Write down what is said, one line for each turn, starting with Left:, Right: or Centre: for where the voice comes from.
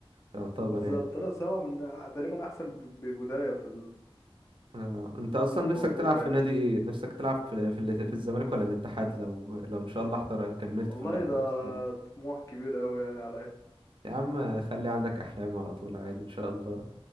Right: يعتبر
Left: بالظبط
Right: يعني
Left: انا سامع من تقريبا احسن ب- ببدايه في
Right: آه، انت اصلا نفسك
Left: الموجوده
Right: تلعب في
Left: يعني
Right: نادي ايه نفسك تلعب في في, ال- في الزمالك ولا الاتحاد لو لو ان شاء الله احتر... كملت
Left: والله
Right: في الاحتراف
Left: ده
Right: السنة
Left: طموح كبير قوي يعني عليا
Right: يا عم خلي عندك احلام على طول عادي ان شاء الله